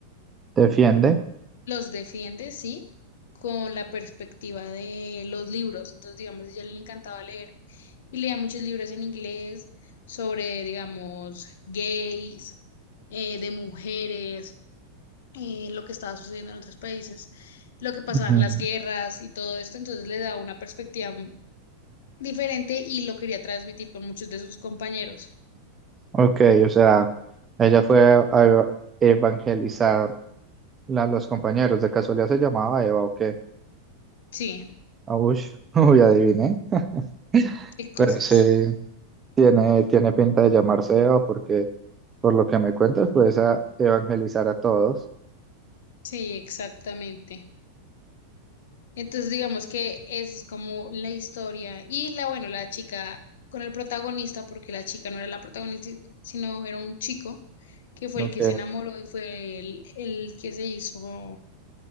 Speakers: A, on the right; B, on the left.
A: Defiende.
B: los defiende, sí, con la perspectiva de los libros. Entonces, digamos, a ella le encantaba leer y leía muchos libros en inglés sobre, digamos, gays, eh, de mujeres, eh, lo que estaba sucediendo en otros países, lo que pasaban
A: Ujú.
B: las guerras y todo esto. Entonces, le daba una perspectiva diferente y lo quería transmitir con muchos de sus compañeros.
A: Ok, o sea, ella fue a evangelizar a los compañeros. ¿De casualidad se llamaba Eva o qué?
B: Sí,
A: Aush, <laughs> uy, adiviné. <laughs>
B: qué cosas.
A: Pero sí, tiene, tiene pinta de llamarse Eva porque, por lo que me cuentas, puedes a evangelizar a todos.
B: Sí, exactamente. Entonces, digamos que esa es como la historia. Y la, bueno, la chica con el protagonista, porque la chica no era la protagonista, sino era un chico que fue
A: Ok,
B: el que se enamoró y fue el, el que se hizo